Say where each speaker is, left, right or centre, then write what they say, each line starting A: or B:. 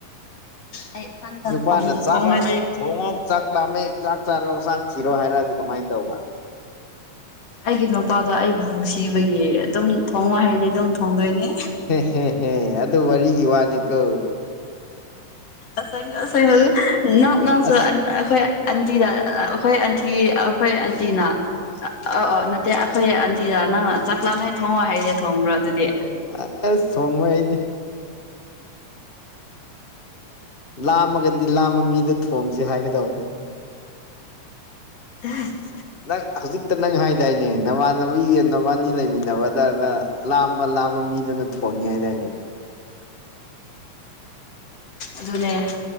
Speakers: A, on the left; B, on the left.
A: ꯑꯩ ꯏꯊꯟꯗ
B: ꯅꯨꯄꯥꯅ
A: ꯊꯣꯡ
B: ꯆꯥꯛ
A: ꯊꯣꯡꯔꯗꯤ
B: ꯂꯥꯝꯃꯦ ꯊꯣꯡꯉꯣ ꯆꯥꯛ ꯂꯥꯝꯃꯦ ꯆꯥꯛ ꯆꯥꯔꯣ ꯆꯥꯛ ꯊꯤꯔꯣ ꯍꯥꯏꯔꯛꯑꯗꯤ ꯀꯃꯥꯏ ꯇꯧꯕ
A: ꯑꯩꯒꯤ ꯅꯨꯄꯥꯗꯣ ꯑꯩꯕꯨ ꯅꯨꯡꯁꯤꯕꯒꯤ ꯑꯗꯨꯝ ꯊꯣꯡꯉꯣ ꯍꯥꯏꯔꯗꯤ ꯑꯗꯨꯝ ꯊꯣꯡꯗꯣꯏꯅꯤ
B: ꯍꯦꯍꯦ ꯑꯗꯨ ꯋꯥꯔꯤꯒꯤ ꯋꯥꯅꯤꯀꯣ
A: ꯑꯁꯦꯡ ꯑꯁꯦꯡꯕ ꯂꯣꯏ ꯅꯥꯞ ꯅꯥꯞꯁꯨ
B: ꯑꯁ
A: ꯑꯩꯈꯣꯏ ꯑꯟꯇꯤꯗ ꯑꯩꯈꯣꯏ ꯑꯟꯇꯤ ꯑꯩꯈꯣꯏ ꯑꯟꯇꯤꯅ ꯑꯧ ꯑꯧ ꯅꯠꯇꯦ ꯑꯩꯈꯣꯏ ꯑꯟꯇꯤꯗ ꯅꯪꯅ ꯆꯥꯛ ꯂꯥꯝꯃꯦ ꯊꯣꯡꯉꯣ ꯍꯥꯏꯔꯗꯤ ꯊꯣꯡꯕ꯭ꯔꯣ ꯑꯗꯨꯗꯤ
B: ꯑꯁ ꯁꯣꯡꯉꯣꯏ ꯑꯩꯗꯤ ꯂꯥꯝꯃꯒꯗꯤ ꯂꯥꯝꯕ ꯃꯤꯗ ꯊꯣꯡꯖꯦ ꯍꯥꯏꯒꯗꯧꯅꯤ
A: <unintelligible>
B: ꯅꯪ ꯍꯧꯖꯤꯛꯇ ꯅꯪ ꯍꯥꯏꯗꯥꯏꯅꯦ ꯅꯃꯥꯟꯅꯕꯤꯒ ꯅꯕꯥꯏꯅꯤ ꯂꯩꯃꯤꯟꯅꯕꯗꯅ ꯂꯥꯝꯃ ꯂꯥꯝꯃ ꯃꯤꯗꯨꯅ ꯊꯣꯡꯉꯦ ꯍꯥꯏꯗꯥꯏꯅꯦ
A: ꯑꯗꯨꯅꯦ